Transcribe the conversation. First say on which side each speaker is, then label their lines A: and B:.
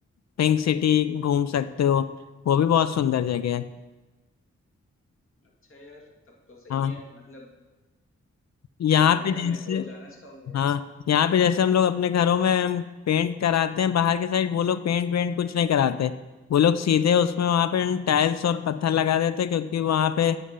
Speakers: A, on the left (about 65°); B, on the left (about 45°).
A: पिंक सिटी घूम सकते हो वो भी बहुत सुंदर जगह है
B: अच्छा यार तब तो सही
A: हाँ
B: है मतलब
A: यहाँ
B: मतलब
A: पे
B: यार
A: जैसे
B: मैं तो जाना चाहूंगा
A: हाँ यहाँ पे जैसे हम लोग अपने घरों में हम पेंट कराते हैं बाहर के साइड वो लोग पेंट वेंट कुछ नहीं कराते वो लोग सीधे उसमें वहां पे टाइल्स और पत्थर लगा देते हैं, क्योंकि वहां पे